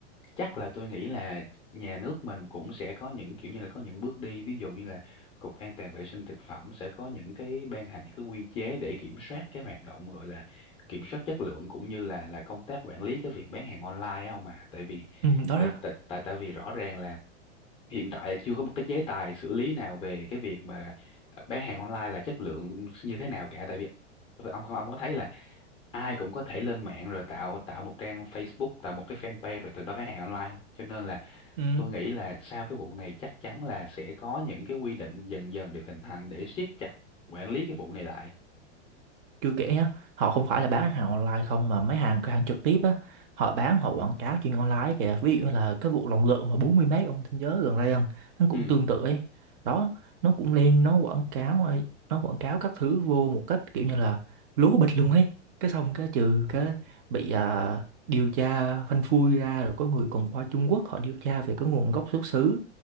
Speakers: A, on the left; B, on the right.
A: chắc là tôi nghĩ là nhà nước mình cũng sẽ có những kiểu như là có những bước đi ví dụ như là Cục An toàn vệ sinh thực phẩm sẽ có những cái ban hành những cái quy chế để kiểm soát cái hoạt động gọi là kiểm soát chất lượng cũng như là là công tác quản lý cái việc bán hàng online á không mà tại vì
B: ừ, đó
A: tại
B: đó.
A: tại tại tại vì rõ ràng là hiện tại là chưa có một cái chế tài xử lý nào về cái việc mà ờ, bán hàng online là chất lượng như thế nào cả tại vì ông ông có thấy là ai cũng có thể lên mạng rồi tạo tạo một trang Facebook tạo một cái fanpage rồi từ đó bán hàng online không cho nên là
B: Ừ.
A: tôi nghĩ là sau cái vụ này chắc chắn là sẽ có những cái quy định dần dần được hình thành để siết chặt quản lý cái vụ này lại
B: chưa kể nhá họ không phải là bán hàng online không mà mấy hàng cửa hàng trực tiếp á họ bán họ quảng cáo trên online kìa ví dụ như là cái vụ lòng lợn mà bốn mươi mấy ông nhớ gần đây không nó cũng
A: ừ
B: tương tự ấy đó nó cũng lên nó quảng cáo ấy, nó quảng cáo các thứ vô một cách kiểu như là lố bịch luôn ấy cái xong cái trừ cái bị à, điều tra phanh phui ra rồi có người còn qua Trung Quốc họ điều tra về cái nguồn gốc xuất xứ